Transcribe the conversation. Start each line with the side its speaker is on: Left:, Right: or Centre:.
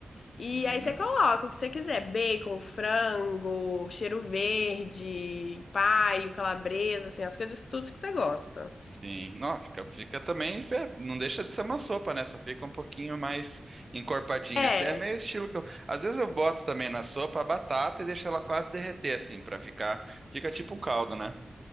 Left: e
Right: uhum.
Left: aí você coloca o que você quiser, bacon, frango, cheiro verde, paio, calabresa, assim, as coisas tudo que você gosta.
Right: Sim, não, fica, fica também, fe- não deixa de ser uma sopa, né? Só fica um pouquinho mais encorpadinha,
Left: É,
Right: assim. É meio estilo que eu, às vezes eu boto também na sopa a batata e deixo ela quase derreter, assim, pra ficar, fica tipo um caldo, né?